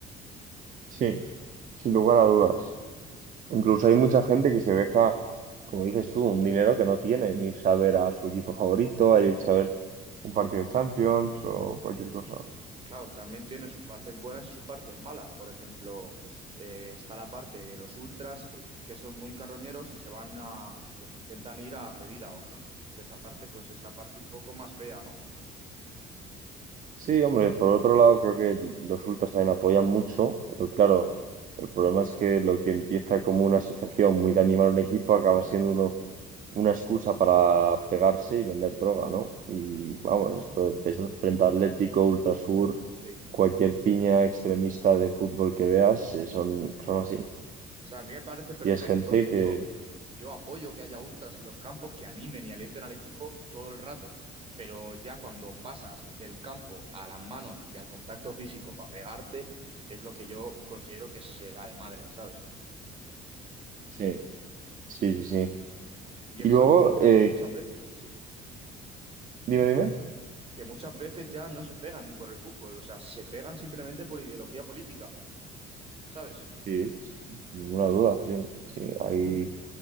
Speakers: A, on the right (about 50°); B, on the right (about 35°).
A: Sí, sin lugar a dudas. Incluso hay mucha gente que se deja, como dices tú, un dinero que no tiene, en irse a ver a su equipo favorito, a irse a ver un partido de Champions o cualquier cosa.
B: Claro, también tiene sus partes buenas y sus partes malas. Por ejemplo, eh, está la parte de los ultras, eh, que son muy carroñeros y se van a, pues intentan ir a agredir a otros. Que esa parte, pues es la parte un poco más fea, ¿no?
A: Sí, hombre, por otro lado creo que los ultras también apoyan mucho, pero claro, el problema es que lo que empieza como una asociación muy de animar a un equipo acaba siendo uno, una excusa para pegarse y vender droga, ¿no? Y vamos, esto es el Frente Atlético, Ultrasur,
B: Sí.
A: cualquier piña extremista de fútbol que veas, eh, son, son así.
B: O sea, a mí me parece perfecto.
A: Y es gente
B: De hecho,
A: que...
B: yo apoyo que haya ultras en los campos que animen y alienten al equipo todo el rato. Pero ya cuando pasas del campo a las manos y al contacto físico para pegarte, es lo que yo considero que se va de madre, ¿sabes?
A: Sí, sí, sí, sí.
B: Y
A: Y
B: es más,
A: luego,
B: muchas,
A: eh,
B: muchas veces, sí, sí,
A: dime, dime.
B: que muchas veces ya no se pegan ni por el fútbol. O sea, se pegan simplemente por ideología política, ¿sabes?
A: Sí, sí, sí, sin ninguna duda, sí, sí, hay